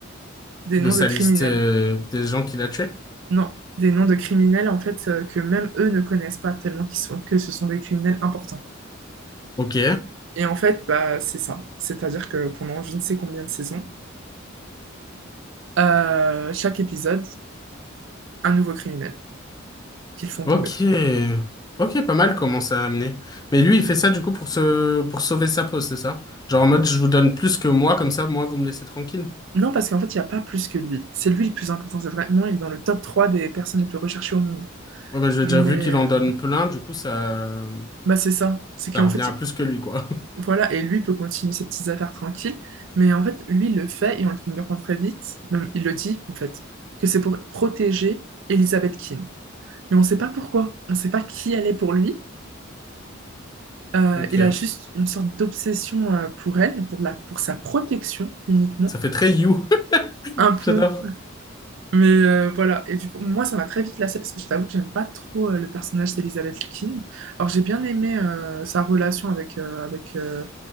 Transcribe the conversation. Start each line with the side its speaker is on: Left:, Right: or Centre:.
Right: Des
Left: De
Right: noms
Left: sa
Right: de criminels.
Left: liste euh, des gens qu'il a tués?
Right: Non, des noms de criminels, en fait, euh, que même eux ne connaissent pas tellement qu'ils sont, que ce sont des criminels importants.
Left: Ok,
Right: Et en fait, bah, c'est ça. C'est-à-dire que pendant je ne sais combien de saisons, euh, chaque épisode, un nouveau criminel qu'ils font
Left: ok.
Right: tomber.
Left: Ok, pas mal comment ça a amené. Mais lui, il fait ça du coup pour se... pour sauver sa peau, c'est ça? Genre en mode, je vous donne plus que moi, comme ça, moi, vous me laissez tranquille.
Right: Non, parce qu'en fait, il n'y a pas plus que lui. C'est lui le plus important. C'est vraiment, il est dans le top 3 des personnes les plus recherchées au monde.
Left: Ouais, mais je veux
Right: Mais
Left: dire, vu qu'il
Right: euh,
Left: en donne plein, du coup, ça...
Right: bah, c'est ça. C'est qu'en
Left: Ça revient
Right: fait,
Left: à plus que lui, quoi. <laughs>
Right: Voilà, et lui peut continuer ses petites affaires tranquilles, mais en fait, lui, il le fait, et on le comprend très vite, même il le dit, en fait, que c'est pour protéger Elizabeth Keane. Mais on ne sait pas pourquoi, on ne sait pas qui elle est pour lui, euh,
Left: Ok.
Right: il a juste une sorte d'obsession euh, pour elle, pour, la, pour sa protection uniquement,
Left: Ça fait très You. <laughs>
Right: un peu,
Left: J'adore.
Right: mais euh, voilà, et du coup, moi, ça m'a très vite lassée, parce que je t'avoue que j'aime pas trop euh, le personnage d'Elizabeth Keane. Alors, j'ai bien aimé euh, sa relation avec, euh, avec euh,